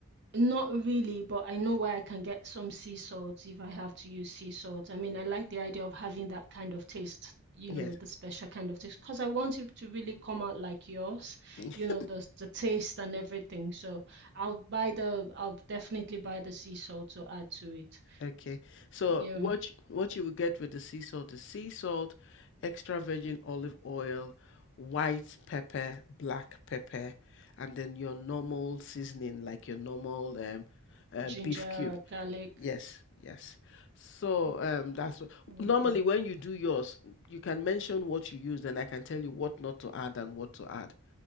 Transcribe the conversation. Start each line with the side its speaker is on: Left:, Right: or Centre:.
Right: Not really, but I know where I can get some sea salt if I have to use sea salt. I mean, I like the idea of having that kind of taste, you
Left: Yes.
Right: know, the special kind of taste, because I want it to really come out like yours,
Left: <laughs>
Right: you know, the the taste and everything. So I'll buy the, I'll definitely buy the sea salt to add to it.
Left: Okay. So
Right: Yeah,
Left: what you, what you will get with the sea salt is sea salt, extra virgin olive oil, white pepper, black pepper, and then your normal seasoning, like your normal um, um
Right: ginger,
Left: beef cube.
Right: garlic.
Left: Yes, yes. So
Right: Mm,
Left: um that's what,
Right: Okay.
Left: normally when you do yours, you can mention what you use, and I can tell you what not to add and what to add.